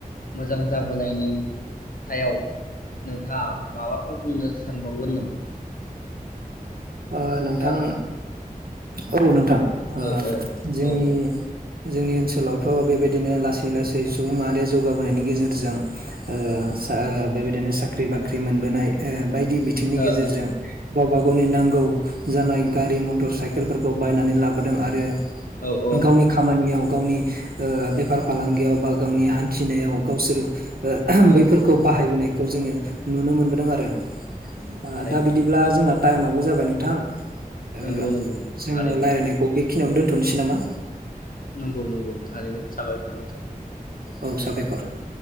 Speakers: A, on the left (about 65°); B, on the right (about 80°).
A: मोजां जाबोनायनि सायाव नोंथाङा माबाफोर बुंनो सानबावगोन नामा?
B: ओ नोंथां
A: खोनादों ना?
B: औ नोंथां ओ
A: औ औ
B: जोंनि
A: औ ओ
B: जोंनि ओनसोलावथ' बेबायदिनो लासै लासै सुबुंमाहारि आ जौगाबोनायनि गेजे जों ओ सा ओ बेबायदिनो साख्रि बाख्रि मोनबोनाय ओ बायदि बिथिंनि
A: ओ
B: गेजेरजों गावबा गावनि नां गौ जानाय गारि मटर साइकेलफोरखौ बायनानै लाबोदों आरो
A: औ औ
B: गावनि खामानियाव गावनि ओ बेफार फालांगियाव बा गावनि हान्थिनायाव गावसोर ओ
A: औ
B: बैफोरखौ बाहायबोनाय खौ जोङो नुनो मोनबोदों आरो । ओ
A: थारैनो
B: दा बिदिब्ला
A: औ
B: जोंहा टाइमाबो जा बाय नोंथां ओ
A: नंगौ नंगौ
B: जोङो
A: थारैनो
B: रायलायनायखौ बे खिनियावनो दोनथ'नोसै नामा?
A: नंगौ नंगौ थारैनो साबायखर नोंथां ।
B: औ साबायखर ।